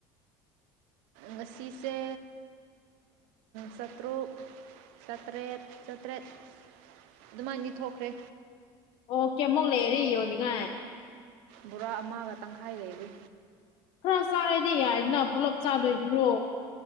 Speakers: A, on the right; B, on the left.
A: ꯉꯁꯤꯁꯦ ꯁꯇ꯭ꯔꯨꯛ ꯁꯥꯀ꯭ꯔꯦꯠ ꯁꯇ꯭ꯔꯦꯠ ꯑꯗꯨꯃꯥꯏꯅꯗꯤ ꯊꯣꯛꯈ꯭ꯔꯦ
B: ꯑꯣꯀꯦꯃꯨꯛ ꯂꯩꯔꯤ ꯌꯣꯟꯅꯤꯡꯉꯥꯏ
A: ꯕꯣꯔꯥ ꯑꯃꯒ ꯇꯪꯈꯥꯏ ꯂꯩꯔꯤ
B: ꯍꯥ ꯁꯔꯗꯤ ꯏꯅ ꯄꯨꯂꯞ ꯆꯥꯗꯣꯏꯁꯤꯔꯣ